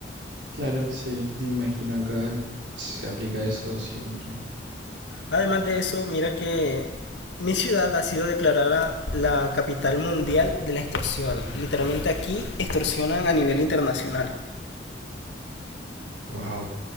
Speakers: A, on the right; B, on the left.
A: Claro, sí, me imagino acá se aplica eso siempre.
B: Además de eso, mira que mi ciudad ha sido declarada la capital mundial de la extorsión. Literalmente aquí extorsionan a nivel internacional.
A: Wow,